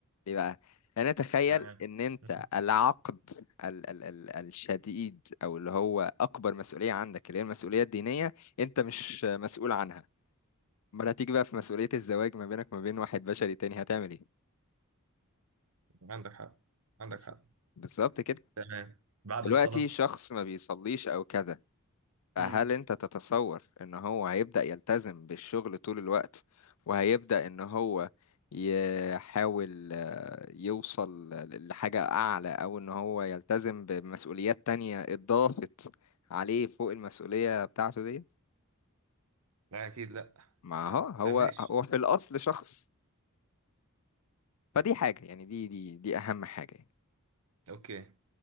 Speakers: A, on the left (about 85°); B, on the right (about 80°).
A: ليه بقى أنا أتخيل
B: تمام
A: إن أنت
B: مم.
A: العقد ال ال ال الشديد أو اللي هو أكبر مسؤولية عندك اللي هي المسؤولية الدينية أنت مش مسؤول عنها أمال هتيجي بقى في مسؤولية الزواج ما بينك وما بين واحد بشري تاني هتعمل إيه؟
B: عندك حق عندك
A: بز-
B: حق
A: بالظبط كده
B: تمام بعد
A: دلوقتي
B: الصلاة
A: شخص ما بيصليش أو كذا فهل
B: امم
A: انت تتصور ان هو هيبدأ يلتزم بالشغل طول الوقت وهيبدأ ان هو يحاول آه، يوصل ل- لحاجة أعلى أو إن هو يلتزم بمسؤوليات تانية اتضافت عليه فوق المسؤولية بتاعته دي
B: لا اكيد لا
A: ما
B: يعني
A: هو هو
B: طب ماشي
A: هو في الأصل شخص فدي حاجة يعني دي دي دي أهم حاجة يعني.
B: اوكي